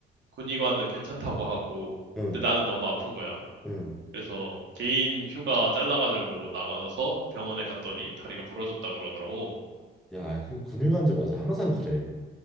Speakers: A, on the right; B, in the centre.
A: 군의관은 괜찮다고 하고
B: 응,
A: 근데 나는 너무 아픈 거야.
B: 응.
A: 그래서 개인 휴가 잘라가지고 나가서 병원에 갔더니 다리가 부러졌다 그러더라고.
B: 야, 그 근육안제 맞아. 항상 그래.